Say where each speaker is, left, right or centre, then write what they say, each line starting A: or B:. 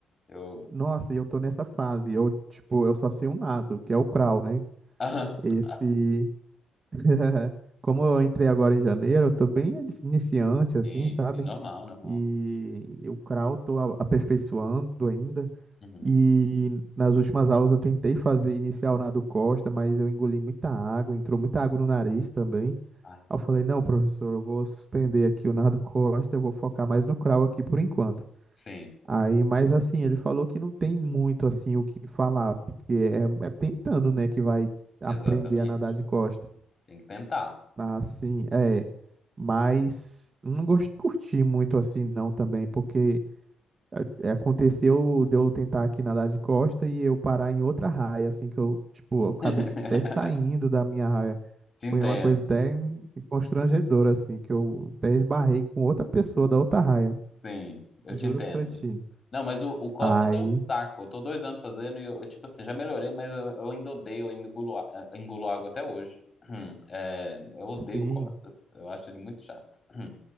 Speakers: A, on the left (about 30°); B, on the right (about 35°).
A: eu.
B: Nossa, e eu tô nessa fase. Eu, tipo, eu só sei um lado, que é o crawl, né?
A: <laughs>
B: Esse. <laughs> Como eu entrei agora em janeiro, eu tô bem iniciante, assim,
A: Sim,
B: sabe?
A: sim, normal, normal.
B: E o crawl tô a- aperfeiçoando ainda.
A: Uhum.
B: E nas últimas aulas eu tentei fazer inicial nado Costa, mas eu engoli muita água, entrou muita água no nariz também.
A: Ah,
B: Aí eu falei, não, professor, eu vou suspender aqui o Nardo Costa, eu vou focar mais no crawl aqui por enquanto.
A: sim,
B: Aí, mas assim, ele falou que não tem muito assim o que falar, porque é, é tentando, né, que vai aprender
A: exatamente.
B: a nadar de costa.
A: Tem que tentar.
B: Assim, é, mas não gosto curti muito assim não também, porque é, é, aconteceu de eu tentar aqui nadar de costa e eu parar em outra raia, assim, que eu, tipo, eu acabei
A: <laughs>
B: até saindo da minha raia.
A: Te entendo.
B: Foi uma coisa até constrangedora, assim, que eu até esbarrei com outra pessoa da outra raia.
A: Sim, eu
B: Juro
A: te entendo.
B: pra ti.
A: Não, mas o, o Costas
B: Aí,
A: é um saco. Eu tô dois anos fazendo e eu, eu, tipo assim, já melhorei, mas eu, eu ainda odeio, eu ainda engulo, a- eh, engulo água até hoje. Hum, É, eu odeio
B: sim.
A: o Costas. Eu acho ele muito chato. Hum,